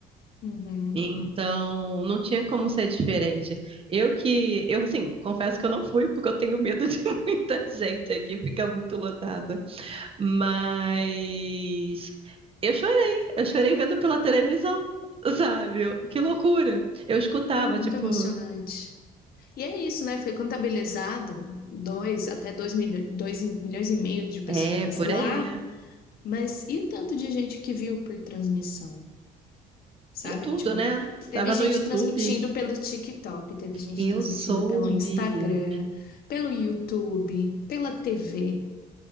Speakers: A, on the left; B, on the right.
A: Uhum.
B: então, não tinha como ser diferente. Eu que, eu assim, confesso que eu não fui porque eu tenho medo de <laughs> muita gente aqui, fica muito lotado. Mas eu chorei, eu chorei vendo pela televisão, sabe? Eu- Que loucura. Eu escutava,
A: Foi muito
B: tipo,
A: emocionante. E é isso, né? Foi contabilizado dois até dois milho- dois e- milhões e meio de pessoas
B: é, é por
A: lá,
B: aí,
A: mas e o tanto de gente que viu por transmissão, sabe?
B: em tudo,
A: Tipo,
B: né? Tava
A: teve gente
B: no YouTube,
A: transmitindo pelo TikTok, teve gente
B: eu
A: transmitindo
B: soube.
A: pelo Instagram, pelo YouTube, pela TV.